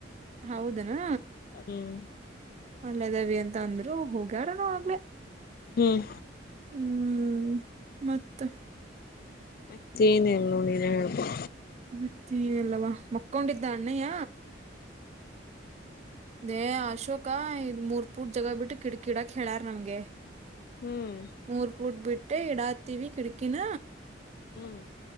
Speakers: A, on the right; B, on the left.
A: ಹೌದನಾ
B: ಹ್ಮ್
A: ಅಲ್ಲದವಿ ಅಂತ ಅಂದ್ರು ಹೋಗ ಗಾರನೂ ಆಗ್ಲೆ
B: ಹ್ಮ್
A: ಹ್ಮ್ ಮತ್ತ
B: ಮತ್ತೇನಿಲ್ಲ ನೋಡು ನೀನೇ ಹೇಳಬೇಕು
A: ಮತ್ತೆ ಅಲ್ಲವಾ ಮಕ್ಕೊಂಡಿದ್ದ ಅಣ್ಣಯ್ಯ. ನೇ ಅಶೋಕ ಇದ್ ಮೂರ್ ಪೂರ್ ಜಗ ಬಿಟ್ಟು ಕಿಡಕಿಡಕ್ ಹೇಳ್ಯಾರ ನಮ್ಗೆ
B: ಹ್ಮ್
A: ಮೂರ್ ಪೂಟ್ ಬಿಟ್ಟ ಇಡಾ ತೀವಿ ಕಡಕಿನ
B: ಹ್ಮ್